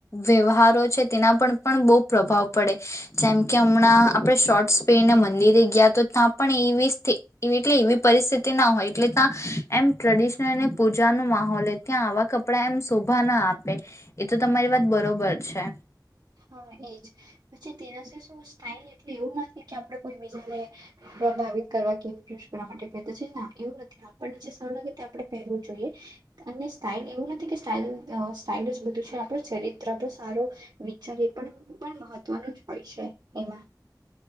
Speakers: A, on the left; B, on the right.
A: વ્યવહારો છે તેના પર પણ બહુ પ્રભાવ પડે, જેમ કે હમણાં આપણે શોર્ટસ પહેરીને મંદિરે ગયા તો ત્યાં પણ એવી સ્થિ એટલે એવી પરિસ્થિતિ ના હોય એટલે ત્યાં એમ ટ્રેડિશનલને પૂજા નું માહોલ હોય ત્યાં આવા કપડા એમ શોભા ના આપે, એ તો તમારી વાત બરોબર છે.
B: હા એજ. પછી તેનાથી શું સ્ટાઈલ એટલે એવું નથી કે આપણે કોઈ બીજાને પ્રભાવિત કરવા કે <unintelligible> કરવા માટે પહેરતા છે, ના, એવું નથી આપણને જે સારું લાગે તે આપણે પહેરવું જોઈએ, અને સ્ટાઇલ એવું નથી કે સ્ટાલઈલ અહ સ્ટાઈલ જ બધું છે, આપડે ચરિત્ર ભી સારું વિચાર એ પણ પણ મહત્વનું જ હોય છે એમાં.